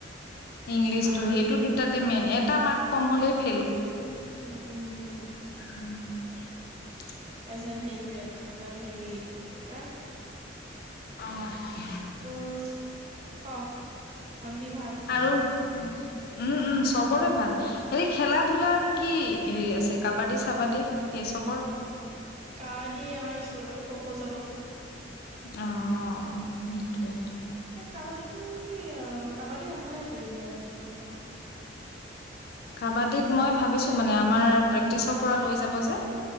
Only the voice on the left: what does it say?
ইংলিছটো
সেইটো দুয়োটাই মেইন। এটা মাৰ্ক কম হ'লেই ফেইল।
উম।
অঁ।
আৰু উম, উম, চবৰে ভাল, হেৰি, খেলা-ধূলাৰ কি হেৰি আছে? কাবাডী-চাবাডী, এই চবৰ?
অ', সেইটোৱে।
কাবাডীত, মই ভাবিছোঁ মানে, আমাৰ প্ৰেক্টিচৰ পৰাই লৈ যাব যে।